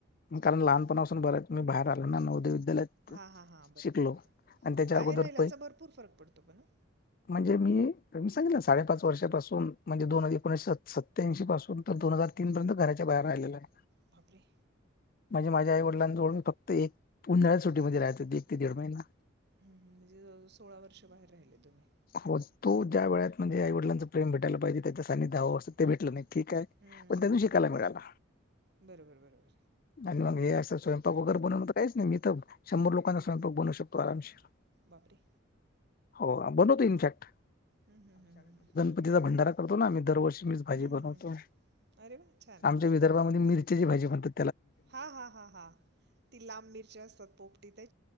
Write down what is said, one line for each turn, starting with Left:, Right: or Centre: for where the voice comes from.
Left: मी कारण लहानपणासून बऱ्याच मी बाहेर आलो, नवोदय विद्यालयात
Right: हां हां हां बरोबर
Left: शिकलो.
Right: बरोबर
Left: आणि त्याच्या
Right: बाहेर
Left: अगोदर
Right: राहिल्याचा
Left: प
Right: भरपूर फरक पडतो पण हं
Left: म्हणजे मी मी सांगेल ना साडेपाच वर्षपासून म्हणजे दोन हजार एकोणीशे सत्याऐंशी पासून त दोन हजार तीन पर्यंत घराच्या बाहेर राहिलेला आहे.
Right: बापरे!
Left: म्हणजे माझ्या आई वडलांजवळ मी फक्त एक उन्हाळ्याच्या सुटीमध्ये राहायचो एक ते दीड महिना.
Right: हम् हम् म्हणजे जवळ जवळ सोळा वर्ष बाहेर राहिले तुम्ही.
Left: हो तो ज्या वयात म्हणजे आईवडलांचं प्रेम भेटायला पाहिज त्यांच सानिध्य हव असत ते भेटल नाही. ठीक आहे
Right: हं
Left: पण त्यांन शिकायला मिळाला.
Right: बरोबर बरोबर
Left: आणि मग हे असं स्वयंपाक वगैर बनवण, तर काहीच नाही मी तर, शंभर लोकांचा स्वयंपाक बनवू शकतो आरामशीरं.
Right: बापरे!
Left: हो बनवतो इनफेक्ट.
Right: हूं हूं हूं हूं हूं हूं
Left: म तीचा भंडारा करतो, ना आम्ही दरवर्षी मीच भाजी बनवतो.
Right: हं हं अरे वा छान
Left: आमच्या विदर्भामध्ये मिर चिची भाजी बणतात.
Right: हा हा हा हा ती लांब मिरची असतात पोपटी ते